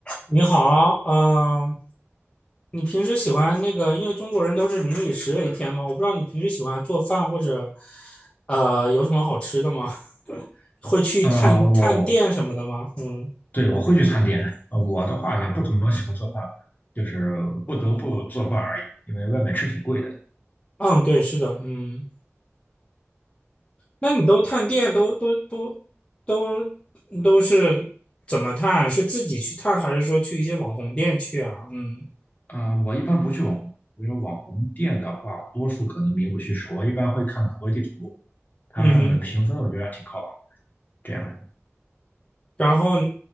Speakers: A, on the left (about 20°); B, on the left (about 40°).
A: 你好，嗯，你平时喜欢那个，因为中国人都是民以食为天嘛，我不知道你平时喜欢做饭或者，呃，有什么好吃的吗？<laughs> 会去探探店什么的吗？
B: 呃，我
A: 嗯
B: 对我会去餐点。呃我的话也不怎么喜欢做饭吧就是不得不做饭而已，因为外面吃挺贵的。
A: 嗯，对，是的，嗯，那你都探店都都都都都是怎么探？是自己去探，还是说去一些网红店去啊？嗯
B: 啊、我一般不去网红，因为网红店的话，多数可能名不虚实。我一般会看谷歌地图，它上面的评分我觉得还挺靠谱。
A: 嗯哼，
B: 这样，
A: 然后